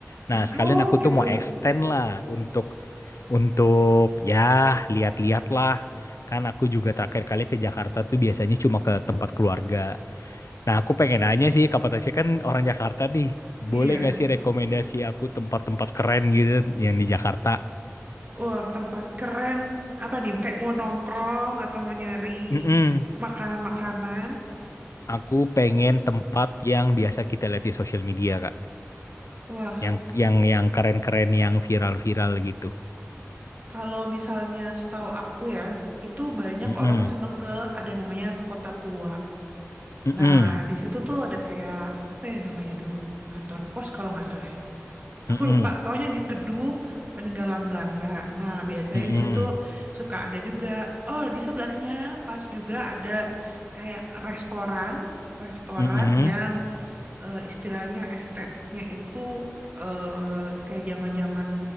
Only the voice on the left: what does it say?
Nah,
sekalian
aku
tuh mau extend lah untuk untuk ya lihat-lihat lah. Kan aku juga terakhir kali ke Jakarta tuh biasanya cuma ke tempat keluarga. Nah, aku pengen nanya sih, Kak Patasya kan orang Jakarta nih.
Boleh nggak sih rekomendasi aku tempat-tempat keren gitu yang di Jakarta?
Mm-mm.
Aku pengen tempat yang biasa kita lihat di sosial media, Kak.
Yang yang yang keren-keren, yang viral-viral gitu.
Mm-mm.
Mm-mm.
Mm-mm.
Mm-mm.
Mm-mm.